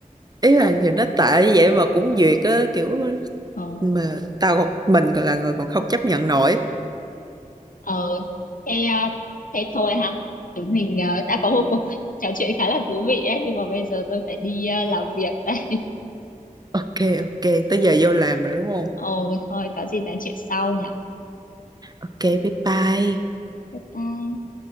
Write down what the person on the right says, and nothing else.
ý là nhìn nó tệ như vậy mà cũng duyệt á kiểu
mà tao còn mình còn là người còn không chấp nhận nổi
ok ok tới giờ vô làm rồi đúng không
ok bye bye